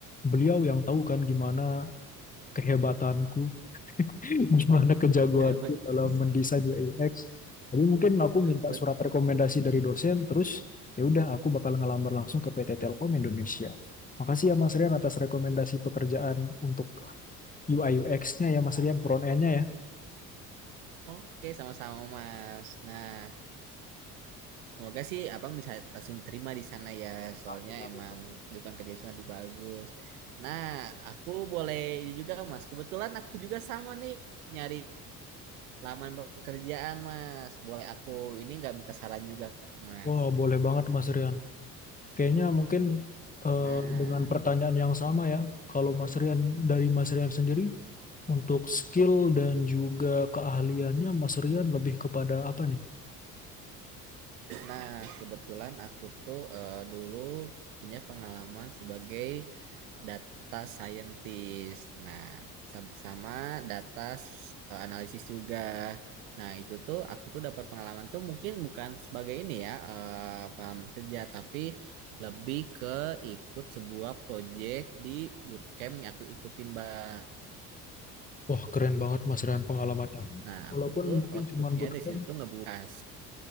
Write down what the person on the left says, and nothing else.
beliau yang tahu kan gimana kehebatanku, <laughs> gimana kejagoanku
dalam mendesain UX. Jadi mungkin aku minta
surat rekomendasi dari dosen, terus ya udah aku bakal ngelamar langsung ke PT Telkom Indonesia. Makasih ya Mas Rian atas rekomendasi pekerjaan untuk UI UX-nya ya Mas
Rian, front end-nya ya.
Amin, amin,
Mas.
Wah, boleh banget Mas Rian. Kayaknya mungkin eh,
dengan pertanyaan yang sama ya, kalau Mas Rian dari Mas Rian sendiri, untuk skill dan juga keahliannya Mas Rian lebih kepada apa nih?
Wah, keren banget Mas Rian pengalamannya.
Walaupun
mungkin
cuma bootcamp.